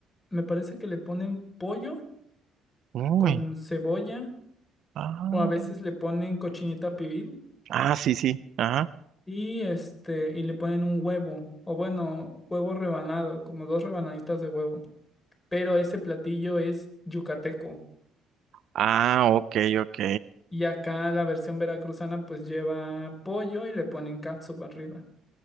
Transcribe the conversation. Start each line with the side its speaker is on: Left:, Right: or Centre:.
Left: me parece que le ponen pollo
Right: uy,
Left: con cebolla
Right: ah,
Left: o a veces le ponen cochinita pibil
Right: ah, sí, sí, ajá,
Left: y este y le ponen un huevo o bueno, huevo rebanado, como dos rebanaditas de huevo. pero ese platillo es yucateco.
Right: ah, ok, ok,
Left: Y acá la versión veracruzana pues lleva pollo y le ponen catsup arriba. <laughs>